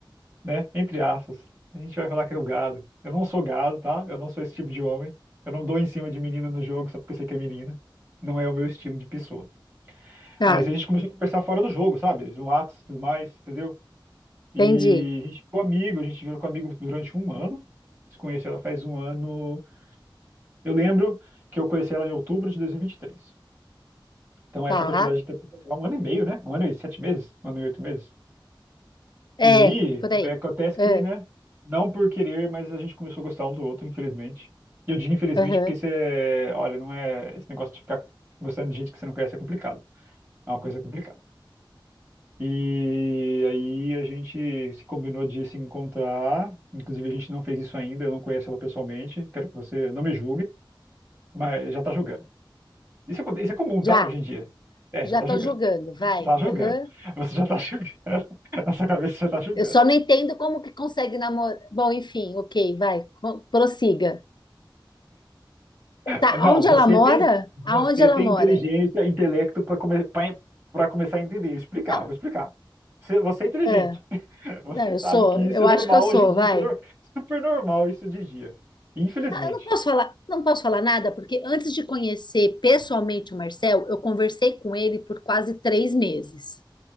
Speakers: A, on the right; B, on the left.
A: né? Entre aspas. A gente vai falar que é o gado. Eu não sou gado, tá? Eu não sou esse tipo de homem. Eu não dou em cima de menina no jogo só porque sei que é menina. Não é o meu estilo de pessoa.
B: tá,
A: Mas a gente começou a conversar fora do jogo, sabe? No Atos e tudo mais, entendeu? E
B: entendi.
A: a gente ficou amigo, a gente virou com amigo durante um ano. Conheci ela faz um ano. Eu lembro que eu conheci ela em outubro de 2023. Então,
B: Tá,
A: essa quantidade de tempo, um ano e meio, né? Um ano e sete meses? Um ano e oito meses?
B: é,
A: E aí,
B: por aí.
A: é, acontece
B: É.
A: que, né? Não por querer, mas a gente começou a gostar um do outro, infelizmente. E eu digo infelizmente
B: aham.
A: porque isso é, olha, não é esse negócio de ficar gostando de gente que você não conhece é complicado. É uma coisa complicada. E aí a gente se combinou de se encontrar. Inclusive a gente não fez isso ainda, eu não conheço ela pessoalmente. Quero que você não me julgue, mas já tá julgando. Isso, aconte- isso é comum,
B: Já,
A: tá? Hoje em dia. É,
B: já
A: já tá
B: tô
A: julgando.
B: julgando, vai.
A: Já Tá julgando.
B: Aham.
A: Você já tá julgando. <laughs> Na sua cabeça você já tá julgando.
B: Eu só não entendo como que consegue namorar. Bom, enfim, ok, vai, co- prossiga. Tá,
A: Ah, Não,
B: onde
A: você
B: ela mora?
A: tem, você
B: Aonde ela
A: tem
B: mora?
A: inteligência, intelecto para come, para começar a entender. Explicar,
B: Não,
A: vou explicar. Você, você é inteligente.
B: é,
A: <laughs> Você
B: não, eu
A: sabe
B: sou,
A: que isso
B: eu
A: é normal
B: acho que eu sou,
A: hoje em dia.
B: vai.
A: Isso é nor- super normal isso de dia. Infelizmente.
B: Não, eu não posso falar, não posso falar nada, porque antes de conhecer pessoalmente o Marcel, eu conversei com ele por quase três meses,